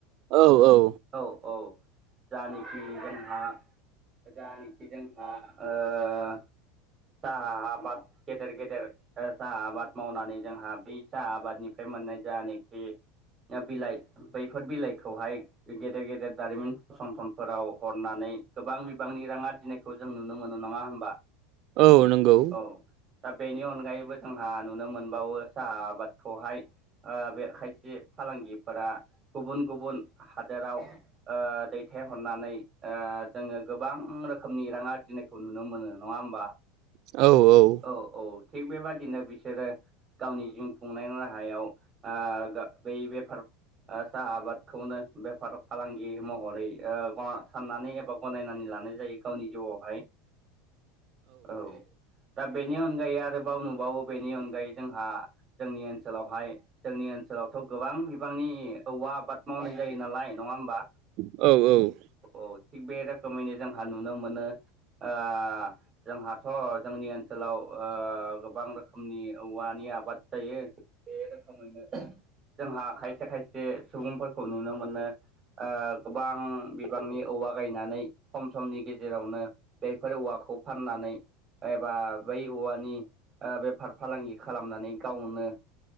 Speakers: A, on the right; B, on the right.
A: औ औ
B: औ औ जानि खि जोंहा जानिखि जोंहा ओ साहा आबाद गेदेर गेदेर ओ साहा आबाद मावनानै जोंहा बै साहा आबादनिफ्राय मोननाय जानिखि ओ बिलाइ बैफोर बिलाइखौहाय गेदेर गेदेर दारिमिन फसंथान फोराव हरनानै गोबां बिबांनि रां आरजिनायखौ जों नुनो मोनो नङा होमबा
A: औ नंगौ
B: औ दा बेनि अनगायैबो जोंहा नुनो मोनबावो साहा आबादखौहाय ओ बे खायसे फालांगिफोरा गुबुन गुबुन हादोराव ओ दै थाय हरनानै ओ जोङो गोबां रोखोमनि रां आरजिनायखौ नुनो मोनो नङा होमबा
A: औ औ
B: औ औ थिग बेबादिनो बिसोरो गावनि जिउ खुंनायनि राहायाव ओ बै बेफार ओ साहा आबादखौनो बेफार फालांगि महरै ओ साननानै एबा गनायनानै लानाय जायो गावनि जिउआवहाय औ दा बेनि अनगायै आरोबाव नुबावो बेनि अन जोंहा जोंनि ओनसोलावहाय जोंनि ओनसोलावथ' गोबां बिबांनि औवा आबाद मावनाय जायो नालाय नङा होमबा
A: औ औ
B: औ थिग बे रोखोमैनो जोंहा नुनो मोनो आ जोंहाथ' जोंनि ओनसोलाव ओ गोबां रो गुनि औवानि आबाद जायो बे रोखोमैनो जोंहा खायसे खायसे सुबुंफोरखौ नुनो मोनो ओ बां बिबांनि औवा गायनानै खम समनि गेजेरावनो बेफोर औवाखौ फाननानै एबा बै औवानि बेफार फालांगि खालामनानै गावनो